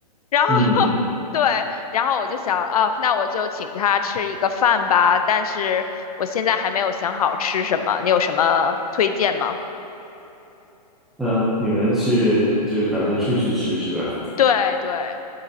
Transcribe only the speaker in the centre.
嗯，
那你们是就是打算出去吃是吧